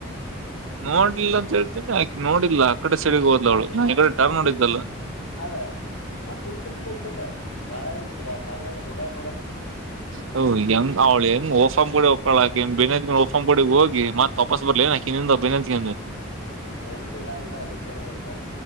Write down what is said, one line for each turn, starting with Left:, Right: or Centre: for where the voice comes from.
Right: ನೋಡ್ಲಿಲ್ಲ ಅಂತ ಹೇಳ್ತೇನೆ ಆಕಿ ನೋಡಿಲ್ಲ ಆ ಕಡೆ ಸೈಡಿಗ್ ಹೋದ್ಲವಳು
Left: ಮತ್
Right: <unintelligible>
Left: ಮತ್ ಮತ್
Right: ಟರ್ನ್ ಹೊಡಿದ್ಲಲ್ಲ.
Left: ಅಲ್ಲ ಮತ್ ಇಂತಿರುಗ್ಬೇಕಲ್ಲ ಬಾಳ ಇಯ್ತ್ತು ಆ ಪಾರಿವವಾಳ ನೋಡ ನೋಡ.
Right: ಹ ಹೆಂಗ್ ಅವಳ ಹೆಂಗ್ ಓಫ್ ಕೂಡ ಒಕ್ಕಳ ಆಕೆಯಿಂದ ಬೆನ್ನತ್ಕೊಂಡ್ ಓಪನ್ ಬೋರ್ಡ್ ಗೆ ಮತ್ತು ವಾಪಸ್ ಬರ್ಲೇ ಆಕಿನಂದು ಬೆನ್ನ ತಗೊಂಡು
Left: ನಡೀತದ ಹಳ್ಳೆ ಅದಕ್ಕೇನಾಗತ್ತ